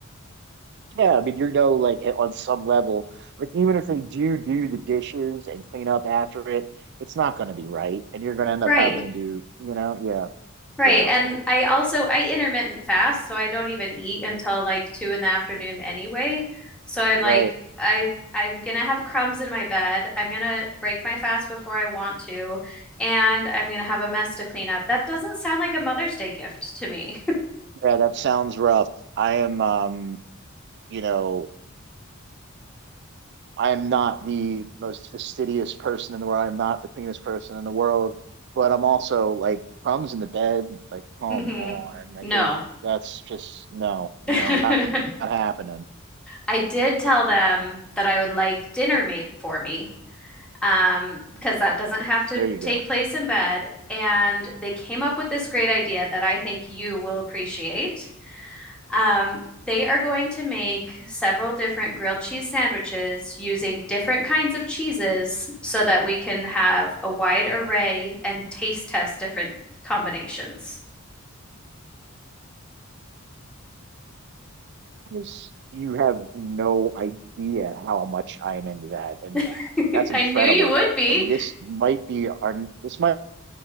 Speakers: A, on the right; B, in the centre.
A: Yeah, I mean, you know, like at- on some level, like even if they do do the dishes and clean up after it, it's not going to be right, and you're going to end
B: Right.
A: up having to do, you know, yeah,
B: Right.
A: yeah,
B: And I also I intermittent fast, so I don't even eat until like two in the afternoon anyway. So I'm
A: right,
B: like I I'm gonna have crumbs in my bed. I'm gonna break my fast before I want to, and I'm gonna have a mess to clean up. That doesn't sound like a Mother's Day gift to me.
A: yeah. That sounds rough. I am, um, you know, I am not the most fastidious person in the world. I'm not the cleanest person in the world, but I'm also like crumbs in the bed. Like, come
B: <laughs> hmm
A: on, like
B: No.
A: there's that's just no,
B: <laughs>
A: no, not not happening.
B: I did tell them that I would like dinner made for me. um, because that doesn't have to
A: There you go.
B: take place in bed. And they came up with this great idea that I think you will appreciate. Um, they are going to make several different grilled cheese sandwiches using different kinds of cheeses so that we can have a wide array and taste test different combinations.
A: Films, you have no idea how much I am into that, and
B: <laughs>
A: that's
B: I
A: incredible.
B: knew you would be.
A: And this might be our this might